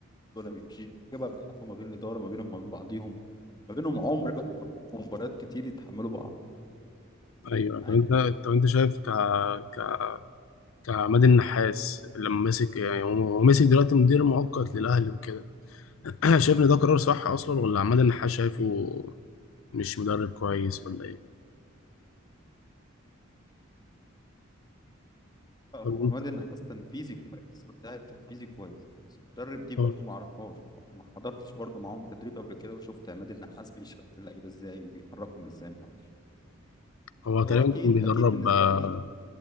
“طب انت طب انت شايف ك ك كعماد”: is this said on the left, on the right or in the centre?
Left